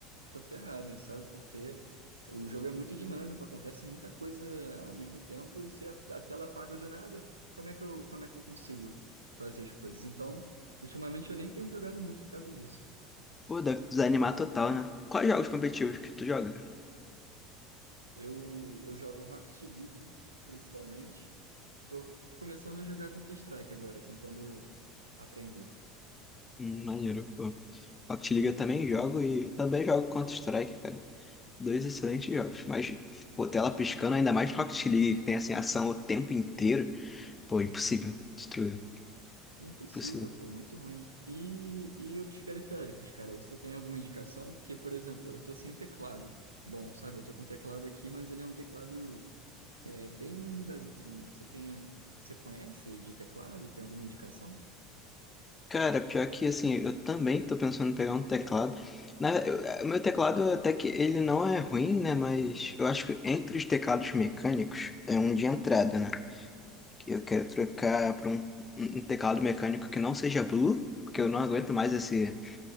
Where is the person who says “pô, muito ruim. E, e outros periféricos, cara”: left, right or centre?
Right